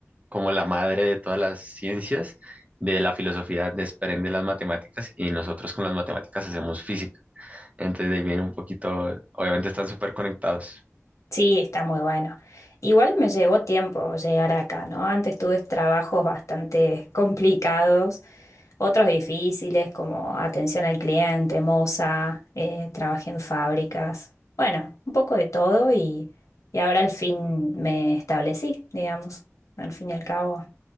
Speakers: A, on the right; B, on the left.
A: como la madre de todas las ciencias, de la filosofía desprende las matemáticas y nosotros con las matemáticas hacemos física. Entonces de ahí viene un poquito, obviamente están súper conectados.
B: Sí, está muy bueno. Igual me llevó tiempo llegar acá, ¿no? Antes tuve trabajos bastante <laughs> complicados, otros difíciles como atención al cliente, moza, eh, trabajé en fábricas, bueno, un poco de todo y, y ahora al fin me establecí, digamos. Al fin y al cabo,